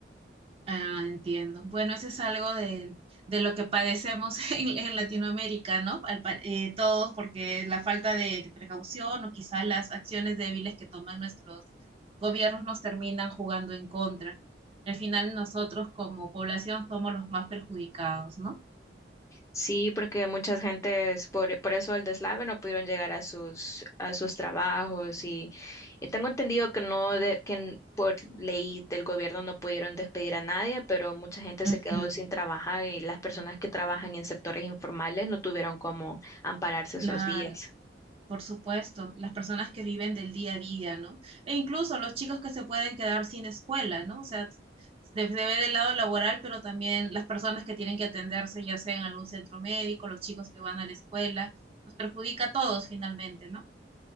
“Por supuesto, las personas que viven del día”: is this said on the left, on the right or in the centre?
Right